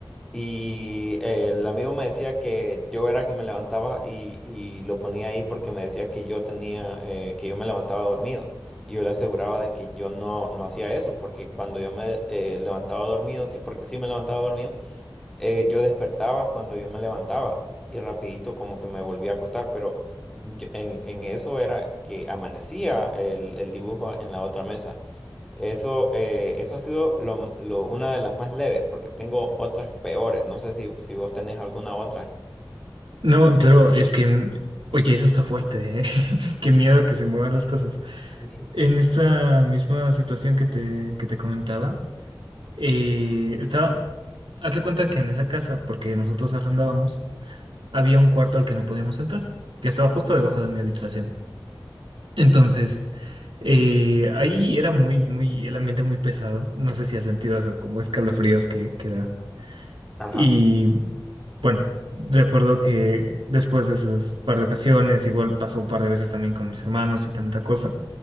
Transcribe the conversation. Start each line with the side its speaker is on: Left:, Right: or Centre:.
Centre: Y eh, el amigo me decía que yo era el que me levantaba y, y lo ponía ahí porque me decía que yo tenía, eh, que yo me levantaba dormido. Y yo le aseguraba de que yo no, no hacía eso, porque cuando yo me eh, levantaba dormido, sí, porque sí me levantaba dormido, eh, yo despertaba cuando yo me levantaba y rapidito como que me volvía a acostar. Pero yo- en, en eso era que amanecía el, el dibujo en la otra mesa. Eso, eh, eso ha sido lo- lo- una de las más leves, porque tengo otras peores. No sé si, si vos tenés alguna otra.
Right: No, claro, es que, mm, oye, eso está fuerte, ¿eh? <laughs> Qué miedo que se muevan las cosas.
Centre: Sí.
Right: En esta misma situación que te, que te comentaba, eh, estaba, hazle cuenta que en esa casa, porque nosotros arrendábamos, había un cuarto al que no podíamos entrar, que estaba justo debajo de mi habitación. Entonces, eh, ahí era muy, muy, el ambiente muy pesado. No sé si has sentido eso, como escalofríos que, que da.
Centre: Ajá.
Right: Y bueno, recuerdo que después de esas par de ocasiones, igual pasó un par de veces también con mis hermanos y tanta cosa,